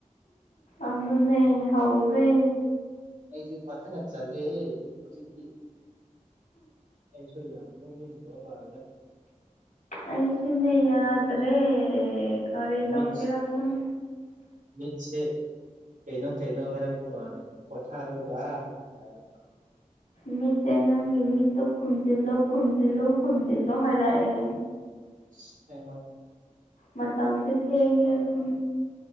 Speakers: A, on the left; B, on the right.
A: ꯑꯗꯨꯅꯦ ꯍꯧꯔꯦ
B: ꯑꯩꯁꯨ ꯐꯖꯟꯅ ꯆꯜꯂꯦ ꯍꯦ ꯍꯧꯖꯤꯛꯇꯤ ꯑꯩꯁꯨ ꯌꯥ ꯇꯨꯝꯅꯤꯡꯈ꯭ꯔꯕ ꯃꯥꯜꯂꯦ
A: ꯑꯩꯁꯨꯅꯦ ꯌꯥꯗ꯭ꯔꯦ ꯀꯔꯤ ꯇꯧꯁꯤꯔ
B: ꯃꯤꯠ
A: ꯈꯪ
B: ꯃꯤꯠꯁꯦ ꯀꯩꯅꯣ ꯀꯩꯅꯣ ꯍꯥꯏꯔꯛꯄ ꯃꯥꯜꯂꯦ ꯄꯣꯊꯥꯔꯣ ꯚꯥꯏ ꯀꯥꯏꯅ
A: <unintelligible> ꯅꯪꯒꯤ ꯃꯤꯠꯇꯣ ꯈꯨꯝꯖꯤꯜꯂꯣ ꯈꯨꯝꯖꯤꯜꯂꯨ ꯈꯨꯝꯖꯤꯜꯂꯣ ꯍꯥꯏꯔꯛꯑꯦ
B: ꯁꯦꯡꯕ
A: ꯃꯇꯝꯁꯦ ꯊꯦꯡꯉꯦ ꯈꯨꯟ